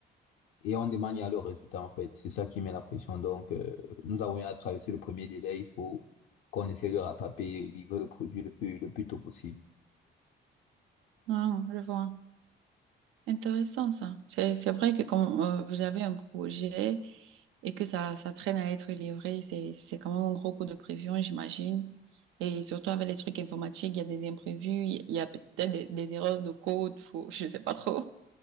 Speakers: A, on the left (about 80°); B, on the right (about 85°).
A: Et on demande il y a le résultat, en fait. C'est ça qui met la pression. Donc, euh, nous avons eu à traverser le premier délai. Il faut qu'on essaie de rattraper et livrer le produit le plus, le plus tôt possible.
B: Ah, je vois. Intéressant ça. C'est c'est vrai que quand euh, vous avez un projet et que ça ça traîne à être livré, c'est c'est quand même un gros coup de pression, j'imagine. Et surtout avec les trucs informatiques, il y a des imprévus, il y a peut-être des, des erreurs de code, faut, je sais pas trop.